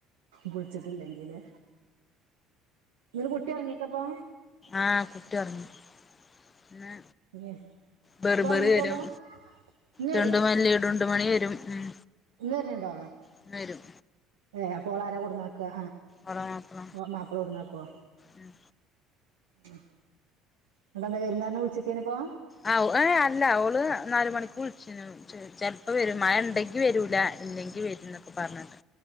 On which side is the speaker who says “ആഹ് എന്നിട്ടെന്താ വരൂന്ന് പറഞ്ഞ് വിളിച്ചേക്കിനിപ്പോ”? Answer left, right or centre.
Right